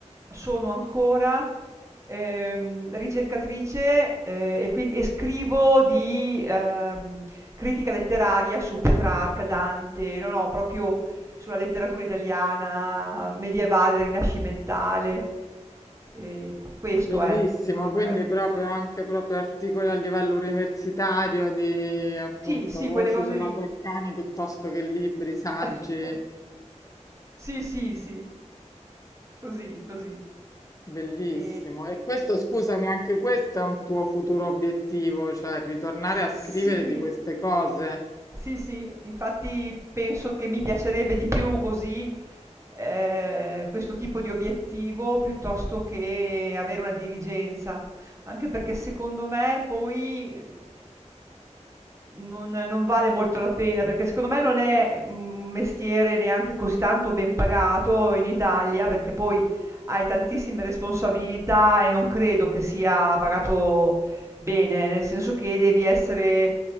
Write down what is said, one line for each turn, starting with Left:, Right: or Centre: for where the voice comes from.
Right: sono ancora, ehm, ricercatrice, ehm, e quin e scrivo di, ehm, critica letteraria su Petrarca, Dante, no, no, proprio sulla letteratura italiana medievale, rinascimentale, ehm, q questo
Left: Bellissimo,
Right: è, non
Left: quindi
Right: eh,
Left: proprio anche proprio articoli a livello universitario di appunto
Right: sì, sì,
Left: voci
Right: quelle cose
Left: della
Right: lì.
Left: Treccani piuttosto che libri, saggi,
Right: <laughs> Sì, sì, sì. Così, così.
Left: bellissimo.
Right: E...
Left: E questo, scusami, anche questo è un tuo futuro obiettivo, cioè ritornare
Right: s-
Left: a scrivere
Right: Sì.
Left: di queste cose.
Right: Sì, sì, infatti penso che mi piacerebbe di più così eh, questo tipo di obiettivo piuttosto che avere una dirigenza, anche perché secondo me poi Non non vale molto la pena, perché secondo me non è un mestiere neanche così tanto ben pagato in Italia, perché poi hai tantissime responsabilità e non credo che sia pagato bene, nel senso che devi essere,